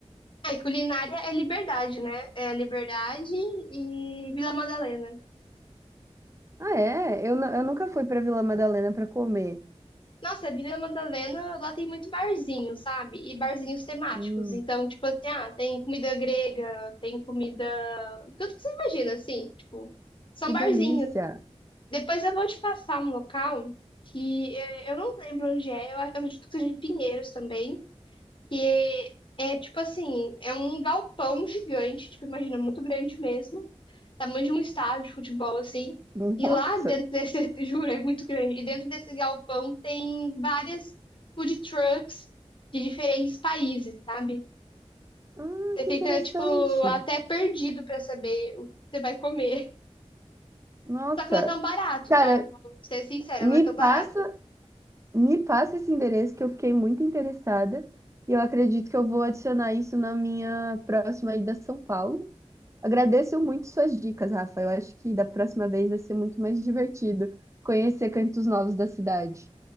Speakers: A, on the left (about 50°); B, on the right (about 25°).
A: Ah, e culinária é liberdade, né? É liberdade e Vila Madalena.
B: Ah, é? Eu, nu- eu nunca fui para Vila Madalena para comer.
A: Nossa, Vila Madalena, lá tem muito barzinho, sabe? E barzinhos temáticos.
B: Hum,
A: Então, tipo assim, ah, tem comida grega, tem comida. Tudo que você imagina, assim, tipo, são
B: que
A: barzinhos.
B: delícia!
A: Depois eu vou te passar um local que eh, eu não lembro onde é, eu eu acredito que seja em Pinheiros também, que é, é tipo assim, é um galpão gigante, tipo, imagina, muito grande mesmo. tamanho de um estádio de futebol, assim.
B: Nossa!
A: E lá dentro desse, <laughs> juro, é muito grande. E dentro desse galpão tem várias food trucks de diferentes países, sabe?
B: Ah,
A: Você
B: que
A: fica,
B: interessante!
A: tipo, até perdido pra saber o que você vai comer.
B: Nossa!
A: Só que não é tão barato,
B: Cara,
A: tá? Vou ser sincera,
B: me
A: não é tão
B: passa
A: barato.
B: Me passa esse endereço que eu fiquei muito interessada e eu acredito que eu vou adicionar isso na minha próxima ida a São Paulo. Agradeço muito suas dicas, Rafa. Eu acho que da próxima vez vai ser muito mais divertido conhecer cantos novos da cidade.